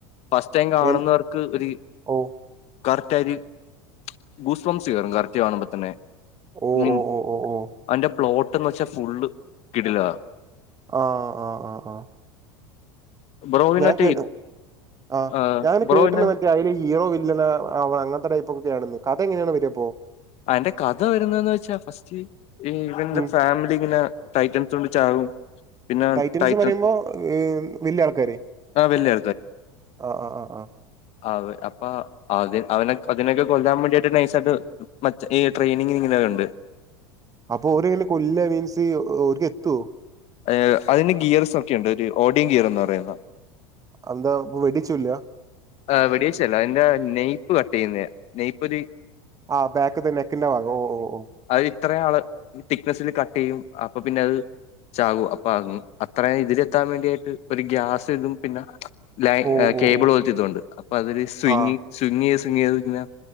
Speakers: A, on the left; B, on the right.
A: ഫസ്റ്റ് ടൈം കാണുന്നവർക്ക്
B: എ
A: ഒരു
B: ഓ
A: കറക്റ്റ് ആയിര് ഗൂസ്പംസ് കറക്ട് കാണു മ്പോ തന്നെ
B: ഓ
A: മീൻ
B: ഓ ഓ ഓ ഓ
A: അന്റെ പ്ലോട്ട്ന്ന് വെച്ചാ ഫുള് കിടില
B: ആഹ് ആഹ് ഹ ആ
A: ബ്രോയിനറ്റെ
B: ഞാൻ കേ ആ
A: ആഹ്
B: ഞാന
A: ബ്രോയിന്
B: കേട്ടണറ്റ അതില് ഹീറോ വില്ലനും അവ അങ്ങനത്തെ ടൈപ്പ് ഒക്കെയ ആണ് കഥ എങ്ങനെയാണ് വരയപ്പോ
A: അയ്ൻ്റെ കഥ വരുന്നന്ന് വെച്ചാ ഫസ്റ്റ് ഈ ഇവന്റെ
B: ഉം
A: ഫാമിലികളേ ടൈറ്റംസ്കൊണ്ട് ചാകും- പിന്നെ
B: ടൈറ്റംസ്
A: ടൈറ്റൻ
B: പറയുമ്പോ ഈ വല്യാ ആൾക്കാര്
A: ആ വലിയ
B: ആ ആ ആ ആ
A: അതേ അപ്പാ അതിൻ അതിനെ അതിനൊക്കെ കൊല്ലാൻ വേണ്ടിട്ട് നൈസട്ട് മച്ച ഈ ട്രെയിനിങ്ങിന് ഇങ്ങനെവരണ്ട്
B: അപ്പൊ ഓരയ്നെ കൊല്ല മീൻസ് ഓര്ക്ക് എത്തോ
A: ഏ അതിന് ഗിയേസ് ഒക്കെ ഉണ്ട് ഒരു ഓഡിയിൻ ഗീർ എന്ന്പറയുന്ന
B: അന്താ വെടിച്ചൂല്ല
A: ആ വെടിവച്ചല്ല അതിന്റെ നെയ്പ് കട്ട് ചെയ്യുന്നേ നെയ്പ് ഒരു
B: ആ ബേക്ക്തെ നെക്കിന്റെ ഭാഗം ഓ ഓ ഓ
A: അയ് ഇത്രേആള് തിക്നെസില് കട്ട്ചെയ്യും അപ്പൊ പിന്നെ അത് ചാകു അപ്പ അങ്അത്രേയും ഇതിലെത്താൻ വേണ്ടിയിട്ട് ഒരു ഗ്യാസ് ഇതും പിന്നെ ലൈ
B: ഓ ഓ ഓ
A: കേബിളോത്തിതുണ്ട്
B: ഓ
A: അപ്പൊ അതില് സ്വിംങിങ്
B: ആ
A: സ്വിങ്ങിയിത് സ്വിങ്ങിയിത് ഇങ്ങനെ